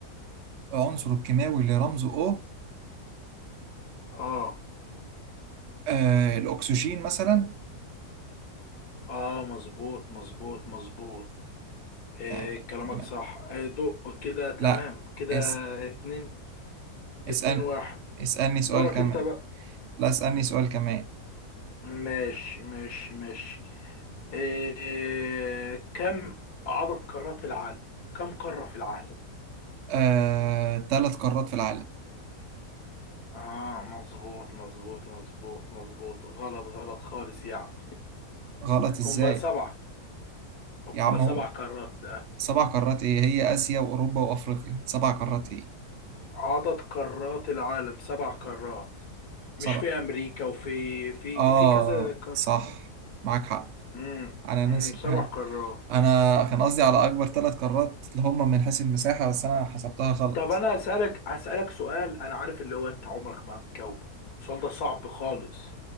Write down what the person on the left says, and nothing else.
اه
اه مظبوط مظبوط مظبوط إيه
كلامك
صح إيه دق كده تمام
كده
اتنين
اتنين واحد
دورك
انت بقى
ماشي ماشي ماشي إيه كم عدد قارات العالم كم قارة في العالم
اه مظبوط مظبوط مظبوط مظبوط غلط غلط خالص يعني
هم سبعة
هم
سبع
قارات آه.
عدد قارات العالم سبع قارات مش
في أمريكا وفي في
في كذا قارة
امم
امم
سبع
قارات
طب أنا هسألك هسألك سؤال أنا عارف اللي هو أنت عمرك ما هتجاوبه السؤال ده صعب خالص